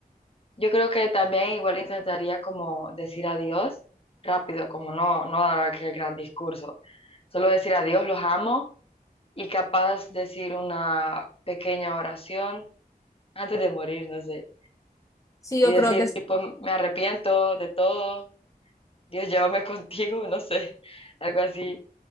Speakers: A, on the left; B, on the left.
A: Yo creo que también igual intentaría como decir adiós rápido, como no, no dar aquel gran discurso. Solo decir adiós, los amo y capaz decir una pequeña oración antes de morir, no sé,
B: Sí,
A: y
B: yo
A: decir
B: creo que
A: tipo, me arrepiento de todo, Dios llévame <laughs> contigo, no sé, <laughs> algo así